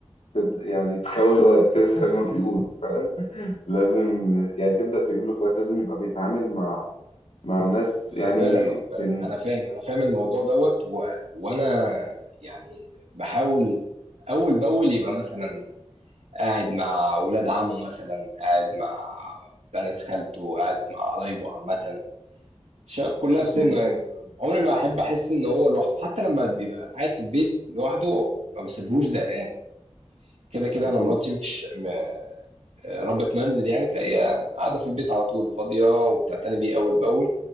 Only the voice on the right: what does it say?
خد
بالك خد بالك
انا فاهم انا فاهم الموضوع دوت و... وانا يعني بحاول اول باول يبقى مثلا قاعد مع ولاد عمه مثلا قاعد مع بنات خالته قاعد مع قرايبه عامة شا- كلها في سنه
يعني عمري ما احب احس ان هو لوحده حتى لما بيبقى قاعد في البيت لوحده ما بسيبهوش زهقان كده كده
انا مراتي مش م... ربة منزل يعني فهي قاعده في البيت على طول فاضيه وبتعتني بيه اول باول